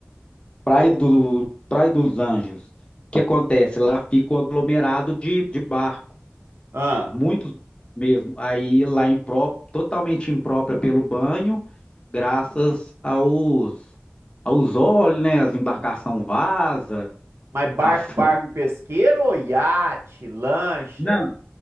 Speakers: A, on the left (about 25°); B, on the right (about 75°).
A: Praia do, Praia dos Anjos. O que acontece? Lá fica o aglomerado de, de barco,
B: Ah,
A: muitos mesmo. Aí lá impró- totalmente imprópria pelo banho, graças aos, aos olhos, né? As embarcações vaza,
B: mas barco,
A: afunda.
B: barco pesqueiro ou iate, lancha?
A: Não,